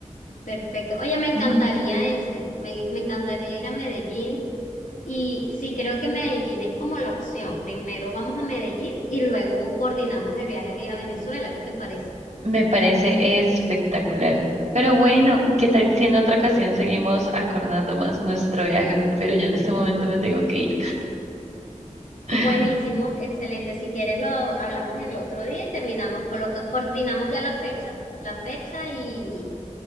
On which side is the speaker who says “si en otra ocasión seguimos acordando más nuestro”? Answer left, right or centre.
Right